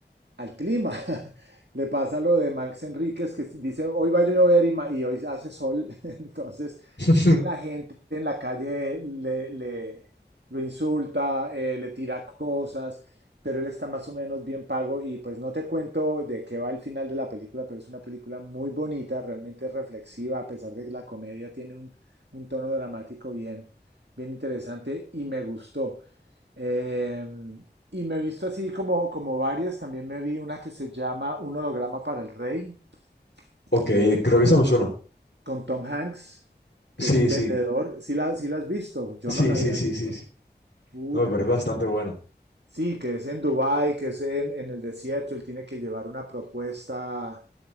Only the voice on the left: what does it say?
<laughs>
Ok,
creo
que eso
me suena.
Sí,
sí,
sí,
sí,
sí,
sí, sí.
No,
pero
es bastante
buena.